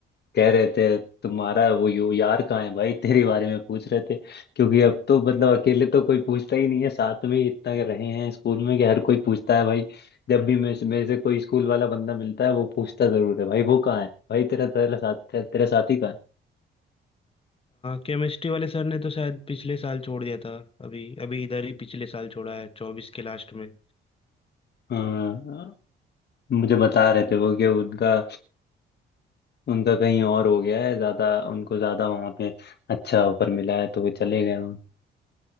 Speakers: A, on the left; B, on the left.
A: कह रहे थे तुम्हारा वो यो यार कहाँ है भाई <laughs> तेरे बारे में पूछ रहे थे क्योंकि अब तो मतलब अकेले तो कोई पूछता ही नहीं है साथ में ही इतना रहे हैं स्कूल में कि हर कोई पूछता है भाई जब भी मेरे से मेरे से कोई स्कूल वाला बंदा मिलता है वो पूछता जरूर है भाई वो कहाँ है भाई तेरा तेरा साथ तेरा साथी कहाँ
B: केमिस्ट्री वाले सर ने तो शायद पिछले साल छोड़ दिया था अभी अभी इधर ही पिछले साल छोड़ा है चौबीस के लास्ट में
A: है हाँ मुझे बता रहे थे वो कि उनका उनका कहीं और हो गया है ज्यादा उनको ज्यादा वहां पे अच्छा ऑफर मिला है तो वो चले गए वहाँ